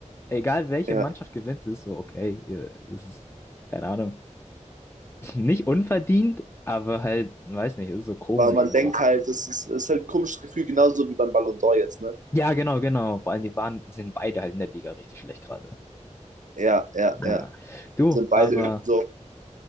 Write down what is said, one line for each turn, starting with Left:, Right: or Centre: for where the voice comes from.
Left: egal welche
Right: Ja,
Left: Mannschaft gewinnt, es ist so, okay, ihr- es ist, keine Ahnung, <laughs> nicht unverdient, aber halt, weiß nicht, es ist so komisch
Right: weil man
Left: einfach.
Right: denkt halt, das ist, ist halt ein komisches Gefühl, genauso wie beim Ballon d'Or jetzt, ne?
Left: Ja, genau, genau. Vor allem, die waren, sind beide halt in der Liga richtig schlecht gerade.
Right: Ja, ja,
Left: Ja.
Right: ja.
Left: Du,
Right: sind beide
Left: aber
Right: irgendwie so.